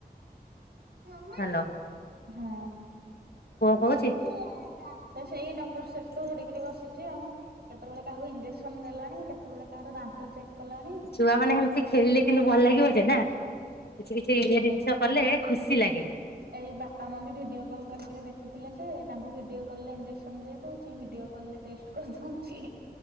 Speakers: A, on the right; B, on the left.
A: <unintelligible>
B: ହାଲୋ
A: ହଁ,
B: କହୁଛି?
A: ଦେଖିଆ ସେ ସେଇ ଡକ୍ଟର ସେଠ ତୁ ଧରିକିରି ବସିଛି ଆଉ କେତେବେଳେ କାହାକୁ ଇଞ୍ଜେକ୍ସନ ଦେଲାଣି, କେତେବେଳେ କାହାର ଦାନ୍ତ ଚେକ୍ କଲାଣି।
B: ଛୁଆମାନେ ଏମତି ଖେଳିଲେ କିନ୍ତୁ ଭଲ ଲାଗିବ ଯେ, ନା କିଛି କିଛି ଇଏ ଜିନିଷ କଲେ ଖୁସି ଲାଗେ।
A: ଏଇ ବାପା ମମି ଭିଡିଓ କଲ୍ କରିକି ଦେଖିଥିଲେ ଯେ- ତାଙ୍କୁ ଭିଡିଓ କଲରେ ଇଞ୍ଜେକ୍ସନ ଦେଇଦଉଛି ଭିଡିଓ କଲରେ ଟେଷ୍ଟ କରିଦଉଛି,